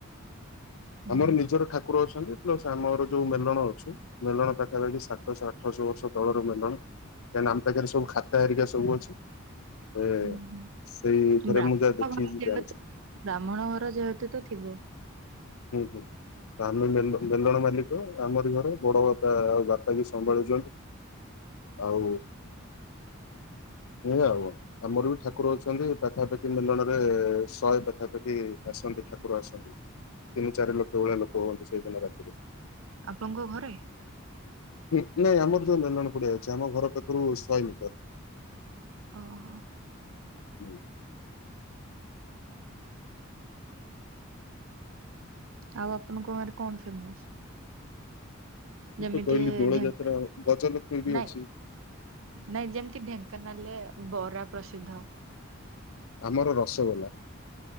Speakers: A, on the right; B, on the left.
A: ହୁଁ
B: ଆମର ନିଜର ଠାକୁର ଅଛନ୍ତି ପ୍ଲସ ଆମର ଯୋଉ ମେଲଣ ଅଛୁ- ମେଲଣ ପାଖାପାଖି ସାତଶହ ଆଠଶହ ବର୍ଷ- ତଳର ମେଲଣ କାଇଁ ନା ଆମ ପାଖରେ ସବୁ ଖାତା ହେରିକା ସବୁ ଅଛି- ଏ
A: ହୁଁ ହୁଁ।
B: ସେଇ ଉପରେ
A: ବ୍ରାହ୍ମଣ
B: ମୁଁ ଯାହା ଦେଖିକି
A: ଘର ଯେହେତୁ
B: ଜାଣିଛି।
A: ବ୍ରାହ୍ମଣ ଘର ଯେହେତୁ ତ ଥିବ।
B: ହୁଁ ହୁଁ ଆମେ ମେଲ ମେଲଣ <unintelligible> ତ ଆମରି ଘର ବଡ ବାପା ଆଉ ବାପା ବି ସମ୍ଭାଳୁଛନ୍ତି। ଆଉ ସେଇଆ ଆଉ ଆମର ବି ଠା ଠାକୁର ଅଛନ୍ତି ପାଖାପାଖି ମେଲଣରେ ଶହେ ପାଖାପାଖି ଆସନ୍ତି ଠାକୁର ଆସନ୍ତି। ତିନି ଚାରି ଲୋକ ଭଳିଆ ଲୋକ ହୁଅନ୍ତି ସେଇଦିନ ରାତିରେ।
A: ଆପଣଙ୍କ ଘରେ?
B: ହଁ ନାଇଁ ଆମର ଯୋଉ ମେଲଣ ପଡିଆ ଅଛି ଆମ ଘର ପାଖରୁ ଶହେ ମିଟର।
A: ଓ
B: ହୁଁ,
A: ଆଉ ଆପଣଙ୍କ ଗାଁରେ କଣ ଫେମସ?
B: ମୁଁ
A: ଯେମିତି
B: ତ କହିଲି ଦୋଳ
A: ଢେଙ୍କା
B: ଯାତ୍ରା ଗଜଲକ୍ଷ୍ମୀ ବି
A: ନାଇଁ
B: ଅଛି।
A: ନାଇଁ ଯେମିତି ଢେଙ୍କାନାଳରେ ବରା ପ୍ରସିଦ୍ଧ।
B: ଆମର ରସଗୋଲା।